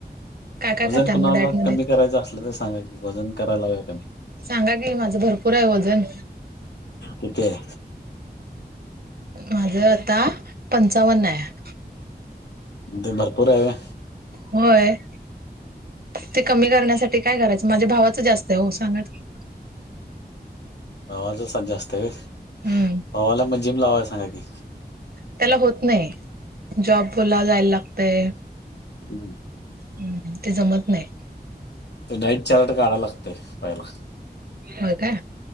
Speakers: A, on the right; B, on the left.
A: काय काय
B: वजन
A: खाताय
B: कुणाला
A: मग डाएट मध्ये
B: कमी करायचं असलं तर सांगा की वजन करायला लाग कमी.
A: सांगा की माझं भरपूर आहे वजन.
B: होेतय.
A: माझ आता पंचावन्न आहे.
B: ते भरपूर आहे.
A: होय. ते कमी करण्यासाठी काय करायचं? माझ्या भावाचं जास्त आहे हो सांगा तर.
B: आवाच जास्त आहे
A: हम्म
B: भावाला मग जीम लावाय सांगा की.
A: त्याला होत नाही, जॉबला जायला लागते.
B: हम्.
A: हम्म हं ते जमत नाही.
B: ते डाईट चार्ट काढाय लागतय पहिला
A: होय काय